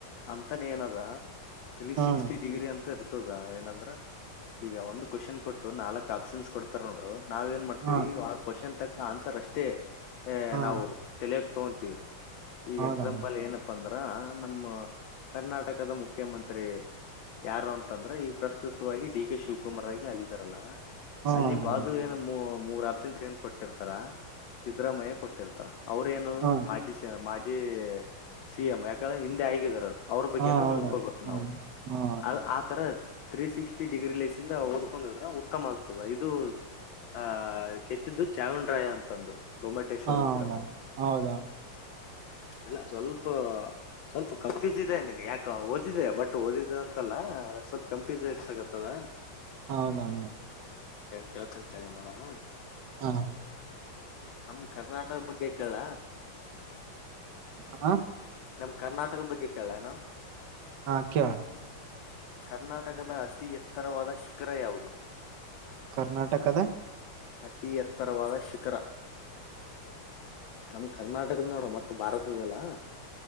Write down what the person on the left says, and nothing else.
ಅಂತಾನೇ ಏನದ. ತಲಿ
ಸಿಕ್ಸ್ಟಿ
ಡಿಗ್ರಿ ಅಂತ ಇರುತ್. ಇತದ ಏನಂದ್ರೆ ಈಗ ಒಂದ್ ಕ್ವಶನ್ ಕೊಟ್ಟು ನಾಲ್ಕ್ ಆಪ್ಷನ್ಸ್ ಕೊಡ್ತಾರ ನೋಡು. ನಾವ್ ಏನ್ ಮಾಡ್ತಿವಿ
ಆ ಕ್ವೆಶ್ಚನ್ ತಕ್. ಆನ್ಸರ್ ಅಷ್ಟೇ. ಅ
ನಾವ. ತೊ. ತಿವ್. ಈಗ
ಎಕ್ಸಾಂಪಲ್ ಏನಪ್ಪ ಅಂದ್ರ. ಆ ನಮ್ಮ ಕರ್ನಾಟಕದ ಮುಖ್ಯಮಂತ್ರಿ ಯಾರು ಅಂತಂದ್ರ ಈ ಪ್ರಸ್ತುತವಾಗಿ ಡಿ ಕೆ ಶಿವಕುಮಾರ್ ಆಗಿ ಆಗಿದಾರಲ್ಲ.
ಅಲ್ಲಿ
ಪಾಸು
ಏನು ಮು. ಮೂರ್ ಆಪ್ಷನ್ಸ್ ಏನ್ ಕೊಟ್ಟಿರ್ತಾರ ಸಿದ್ದರಾಮಯ್ಯ ಕೊಟ್ಟಿರ್ತಾರ ಅವ್ರ ಏನು.
ಮಾಜಿ ಸ ಮಾ ಜೀ ಸಿಎಂ ಯಾಕೇಳ ಹಿಂದೆ ಆಗಿದಾರವ್ರ್. ಅವ್ರ ಬಗ್ಗೆನು
ನೋಡ್ಕೋಬೇಕು ನಾವು
ಅದ್ ಆತರ ತ್ರೀ ಸಿಕ್ಸ್ಟಿ ಡಿಗ್ರಿ ಲೇಸಿಂದ ಓದ್ಕೊಂಡಿದ್ರೆ ಉತ್ತಮ ಆಗ್ತದ ಇದು ಆ ಕೆತ್ತಿದ್ದು ಚಾವಣ್ ರಾಯ ಅಂತಂದು. ಗೊಮ್ಮಟೇಶ್ವರ
ವಿಗ್ರಹ
ಇಲ್ಲ ಸ್ವಲ್ಪ, ಸ್ವಲ್ಪ ಕಂಫ್ಯೂಸ್ ಇದೆ ನಿನಗ್ಯಾಕೊ ಓದಿದೆ ಬಟ್ ಓದಿದ ಅಂತಲ್ಲ ಸ್ವಲ್ಪ ಕಂಪ್ಯೂಸ್ ಹಿಡ್ಸಾಕತ್ತದ.
ಕೇಳ್ತನ್ ತಡಿ ನೋಡಮೂ.
ನಮ್ ಕರ್ನಾಟಕದ್ ಬಗ್ಗೆ ಕೇಳ್ಲಾ.
ನಮ್ ಕರ್ನಾಟಕದ್ ಬಗ್ಗೆ ಕೇಳ್ಲೇನು.
ಕರ್ನಾಟಕದ ಅತಿ ಎತ್ತರವಾದ ಶಿಖರ ಯಾವುದು.
ಅತಿ ಎತ್ತರವಾದ ಶಿಖರ ನಮ್ ಕರ್ನಾ ಟಕದ್ ನೋಡ ಮತ್ತ ಭಾರತದಲ್ಲಾ.